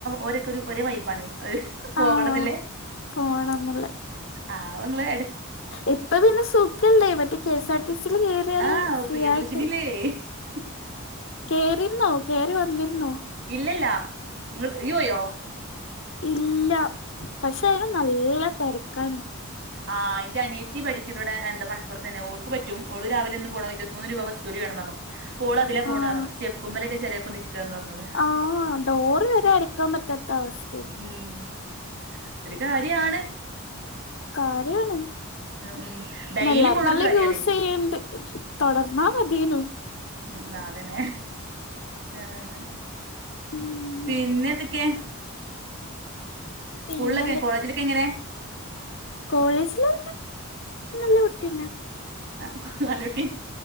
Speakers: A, on the right; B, on the left.
A: ഓരൊക്കെ ഒരേ വൈബാണ്. പോകണന്നല്ലേ
B: ആഹ് പോണംന്നുള്ള
A: ആവങ്ങള് എ
B: ഇപ്പ പിന്നെ സുഖല്ലേ മറ്റേ കെഎസ് ആർടിസിൽ കയറിയാല്
A: ആഹ്
B: ഫ്രീ ആയിട്ട്.
A: <unintelligible>
B: കേയറിരുന്നോ കേയറി വന്നിരുന്നോ
A: ഇല്ലല്ല <unintelligible>
B: ഇല്ല പക്ഷെ അയില് നല്ല തിരക്കാണ്.
A: ആഹ് എന്റെ അനിയത്തി പഠിക്ക്ട് മലപുറത്തന്നെ ഓൾക്ക് പറ്റും ഒള് രാവിലെന്ന് പോണം ഇരുപത്തിമൂന്ന് രൂപ വസുലി വേണം പറഞ്ഞു. ഓള് അതിലന്ന് പോണ്
B: ആഹ്
A: പറഞ്ഞു സ്റ്റെപ്പ് മേലൊക്കെ ചിലപ്പോ നി ഒക്കാന്ന് <unintelligible>
B: ആഹ് ഡോറ് വരെ അടുക്കാൻ പറ്റാത്ത അവസ്ഥ
A: ഉം ഒരു കാര്യാണ്
B: കാര്യാണ്
A: ഉം ഡെയ്ലി
B: എല്ലാരും
A: പോണൊരു
B: നല്ല
A: കാര്യാണേ
B: യൂസ് ചെയ്യണ്ട് തൊടർന്നാ മതീനു
A: ഉം നാതന്നെ ഏഹ്
B: ഉം
A: പിന്നെ എന്തൊക്കെ സ്കൂളിലൊക്കെ
B: പിന്നെ
A: കോളേജിലൊക്കെ എങ്ങനെ
B: കോളേജില് നല്ല കുട്ട്യാനാ
A: ആഹ് നല്ല കുട്ടീ